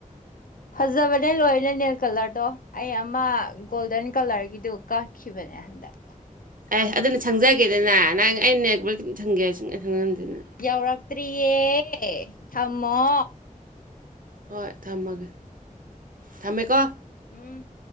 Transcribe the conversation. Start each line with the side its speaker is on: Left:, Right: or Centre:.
Left: ꯐꯖꯕꯅꯦ ꯂꯣꯏꯅ ꯅꯦꯜ ꯀꯂꯔꯗꯣ ꯑꯩ ꯑꯃ ꯒꯣꯜꯗꯟ ꯀꯂꯔꯒꯤꯗꯨ ꯀꯛꯈꯤꯕꯅꯦ ꯍꯟꯗꯛ
Right: ꯑꯦ ꯑꯗꯨꯅ ꯁꯪꯖꯒꯦꯗꯅꯦ ꯅꯪ ꯑꯩꯅ <unintelligible>
Left: ꯌꯧꯔꯛꯇ꯭ꯔꯤꯌꯦ ꯊꯝꯃꯣ
Right: ꯍꯣꯏ ꯊꯝꯃꯒꯦ ꯊꯝꯃꯦꯀꯣ
Left: ꯎꯨꯝ